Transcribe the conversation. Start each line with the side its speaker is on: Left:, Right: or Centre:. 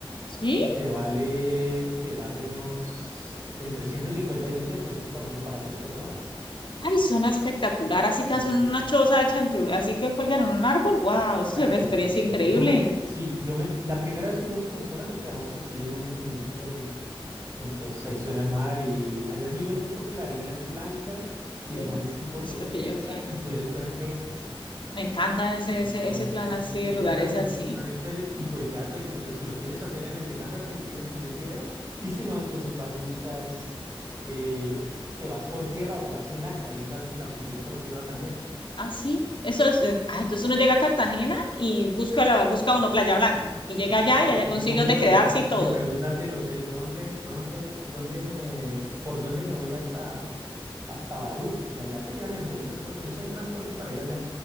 Left: ¿Sí?
Right: Y te vale, te vale unos entre 150 y 200 si es por ejemplo para tres personas.
Left: Ay, suena espectacular. Así que
Right: Y
Left: hacen
Right: entonces-
Left: una choza hecha en tu- así que cuelgan en un árbol. Wow,
Right: exacto,
Left: eso es una experiencia
Right: entonces
Left: increíble.
Right: yo me que sí, yo me, la primera vez que vimos con mi esposa nos quedamos así en un, en un sitio así. Entonces ahí suena el mar y allá es muy bonito es porque la arena es blanca y
Left: Sí,
Right: el mar es tipo
Left: eso es
Right: turquesa
Left: lo que yo quiero.
Right: y puedes ver peces.
Left: Me encanta ese,
Right: Entonces,
Left: ese, ese plan así
Right: ese
Left: de lugares
Right: plan,
Left: así.
Right: ese plan es chévere y pues ya depende. Entonces, si lo quieres hacer en el de Cameron y tienes suficiente dinero, y si no, entonces vas y buscas, eh, te vas por tierra o te vas en lancha. Ahí es la, la opción de ir por tierra también.
Left: Ah, sí. Eso es, eh, ah, entonces uno llega a Cartagena y busca la, busca uno Playa Blanca. Y llega
Right: Exacto,
Left: allá y allá
Right: no
Left: consigue donde
Right: le pregunta,
Left: quedarse y todo.
Right: le pregunta al del hotel, ¿dónde, dónde, dónde me, por dónde me voy hasta, hasta Barú? Y allá te llevan en bus, eso, eso hay transporte para ir allá.